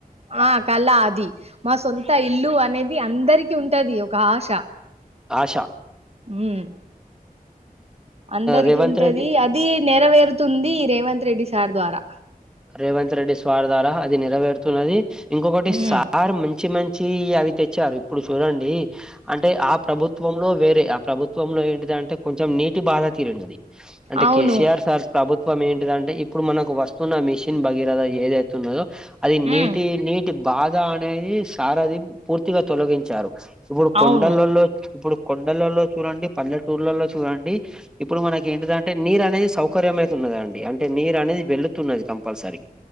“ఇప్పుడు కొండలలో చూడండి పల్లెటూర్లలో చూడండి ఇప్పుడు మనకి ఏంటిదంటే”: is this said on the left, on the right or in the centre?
Centre